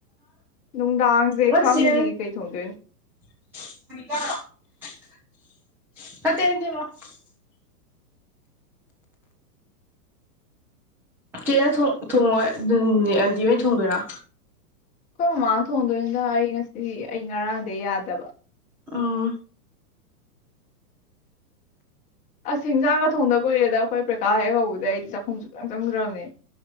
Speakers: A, on the left (about 15°); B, in the centre.
A: ꯅꯨꯡꯗꯥꯡꯁꯦ
B: ꯉ
A: ꯈꯪꯗꯤ
B: ꯆꯦ
A: ꯀꯩ ꯊꯣꯡꯗꯣꯏꯅꯣ
B: <unintelligible> ꯆꯦꯅ ꯊꯣꯡ ꯊꯣꯡꯉꯣꯏ <unintelligible> ꯑꯟꯇꯤꯍꯣꯏꯅ ꯊꯣꯡꯗꯣꯏꯔꯣ
A: ꯑꯩꯈꯣꯏ ꯃꯃꯥꯅ ꯊꯣꯡꯗꯣꯏꯅꯤꯗ ꯑꯩ ꯉꯁꯤ ꯑꯩ ꯉꯔꯥꯡꯗꯩ ꯌꯥꯗꯕ
B: ꯑꯣ
A: ꯑꯁ ꯍꯤꯡꯖꯥꯡꯒ ꯊꯣꯡꯗ ꯀꯨꯏꯔꯦꯗ ꯑꯩꯈꯣꯏ ꯄꯩꯈꯥ ꯍꯦꯛ ꯍꯧꯕꯗꯩ ꯑꯩ ꯆꯥꯛꯈꯨꯝ ꯁꯨꯛꯆꯪ ꯆꯪꯗ꯭ꯔꯕꯅꯦ